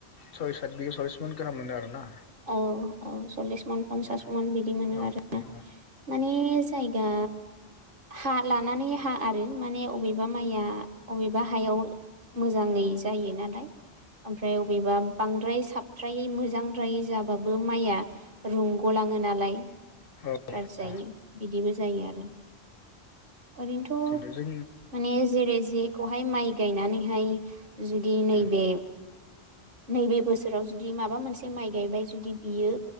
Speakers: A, on the left; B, on the right.
A: सय साथ बिगायाव सललिस मन गाहाम मोनो आरो ना?
B: औ औ सल्लिस मन पन्सास
A: दं
B: मन बिदि मोनो
A: औ
B: आरो
A: औ
B: माने जायगा हा लानानै हा आरो माने अबेबा माइआ अबेबा हायाव मोजाङै जायो नालाय। ओमफ्राय बबेबा बांद्राय साबद्राय मोजां फ्राय जाबाबो माइआ रूंग'लाङो नालाय।
A: औ
B: गाज्रि
A: औ
B: जायो बिदिबो जायो आरो। ओरैनोथ'
A: थिग जों
B: माने जेरै जेख खौहाय माइ गायनानैहाय जुदि नैबे
A: उम
B: नैबे बोसोराव जुदि माबा मोनसे माइ गायबाय जुदि बियो